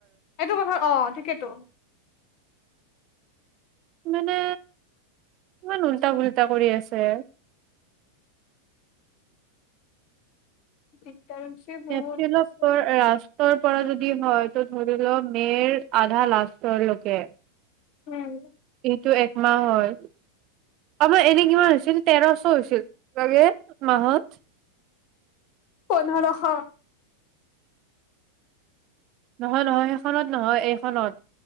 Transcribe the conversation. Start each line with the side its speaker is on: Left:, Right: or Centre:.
Left: সেইটো কথা অ', ঠিকেতো।
Right: মানে ইমান উল্টা, পুলল্টা কৰি আছে।
Left: <unintelligible>
Right: <unintelligible>
Left: বহুত বেছি
Right: পৰা যদি হয়, ত' ধৰি ল মেৰ আধা লাষ্টৰ লকে
Left: উম।
Right: এইটো একমাহ হয়, আমাৰ এনে কিমান হৈছিল তেৰচ হৈছিল লাগে মাহত
Left: পোন্ধৰশ।
Right: নহয়, নহয় সেইখনত নহয় এইখনত